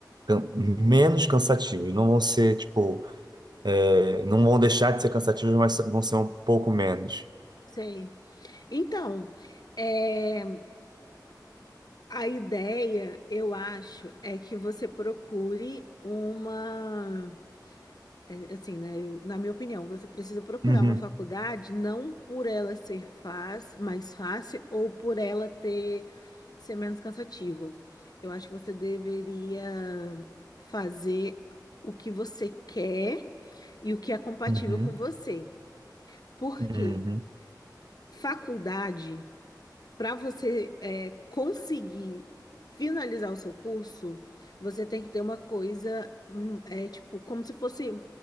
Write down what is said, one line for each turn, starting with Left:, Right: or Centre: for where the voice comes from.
Right: can- menos cansativos. Não vão ser, tipo, é, não vão deixar de ser cansativos, mas vão ser um pouco menos.
Left: sei. Então, é, a ideia, eu acho, é que você procure uma, é, assim, né, eu- na minha opinião, você precisa procurar
Right: Uhum,
Left: uma faculdade não por ela ser faz, mais fácil ou por ela ter ser menos cansativa. Eu acho que você deveria fazer o que você quer e o que é compatível
Right: uhum,
Left: com você. Por
Right: uhum,
Left: quê? Faculdade, para você é, conseguir finalizar o seu curso, você tem que ter uma coisa, hum, é, tipo, como se fosse.